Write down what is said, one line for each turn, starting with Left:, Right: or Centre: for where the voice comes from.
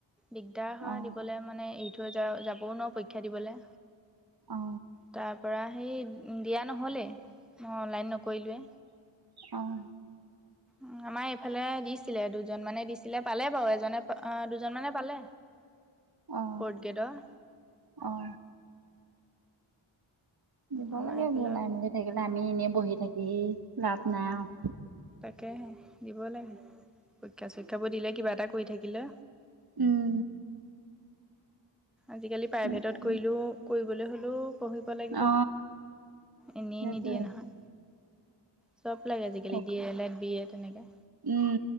Centre: দিগদাৰ হয়
Right: অ
Centre: দিবলৈ মানে এইটো থৈ যা যাবও নো পৰীক্ষা দিবলৈ
Right: অ
Centre: ত তাৰ পৰা সেই দিয়া নহ'লেই মই অনলাইন নকৰিলোৱেই
Right: অঁ
Centre: উম। আমাৰ এইফালে দিছিলে দুজন মানে দিছিলে পালে বাৰু এজনে দুজন মানে পালে
Right: অ
Centre: ফৰগ্ৰেডৰ
Right: অ অ দিব
Centre: আমাৰ
Right: লাগে
Centre: এইফালৰ
Right: বলাই মেলি থাকিলে আমি এনেই বহি থাকি লাভ নাই আৰু
Centre: তাকে দিব লাগে। পৰীক্ষাবোৰ চৰীক্ষা বোৰ দিলে কিবা এটা কৰি থাকিলে
Right: উম।
Centre: আজিকালি প্ৰাইভেটত
Right: দিব লাগে।
Centre: কৰিলেও কৰিবলৈ হ'লেও পঢ়িব লাগিব।
Right: অ'
Centre: এনেই
Right: সেইটোৱে
Centre: নিদিয়ে নহয়, চব লাগে আজিকালি
Right: থকা।
Centre: B A L Ed B Ed তেনেকৈ
Right: উম